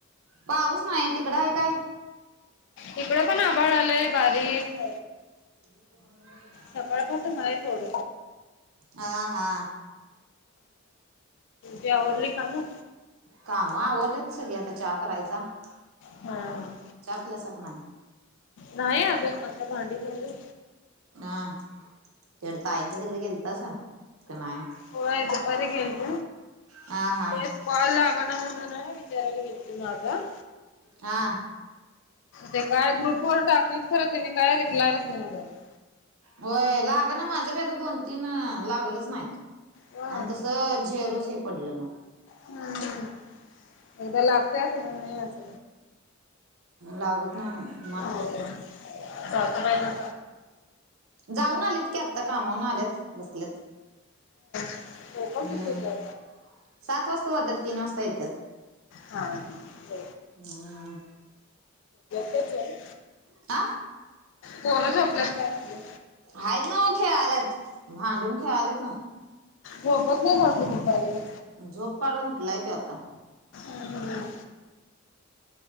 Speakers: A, on the right (about 75°); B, on the left (about 60°).
A: पाऊस नाही तिकड आहे काय
B: इकड पण आभाड आलंय बारीक
A: हो
B: सकाळपासून आहे थोड
A: हा हा
B: तजर्ली काम
A: काम आवडलंत सगळी आता चहा करायचा चचा
B: हा
A: पल्यासख नाही
B: नाही अजून आता भांडी झालं
A: हा तेड ताईंच्या तिकडे गेलतस नाही
B: होयो परी घच
A: हा हा
B: बस पाॉवाल आग ना मुण न विचार व ग माझ
A: हा
B: ते काय ग्रुपवर टाकलीत खर त्यानी काय रिप्लाय दे झाले
A: होय लाग ना माझं बी आता दोन तीन लागलंच नाहीत
B: होय
A: आणि तसं झेरोस हे पडलं ना
B: हम्म हम्म एकदा लागतय फर नाही अस
A: लागतनान
B: हो कात बाय त
A: जाऊन आलेत की आत्ता कामाून आलेत बसल्यात
B: हो पण
A: हम्म
B: कतीचता
A: सात वाजता जातात तीन वाजता येतात
B: हा हक
A: हम्म
B: क
A: आ
B: पोर झोपल्यास काय म्हलं
A: आहेत ना मग खेळाल्यात भांडून खेळाल्यात ना
B: मोफत नाही भाली त र
A: जॉब कार्ड उठलाय त आता
B: हम्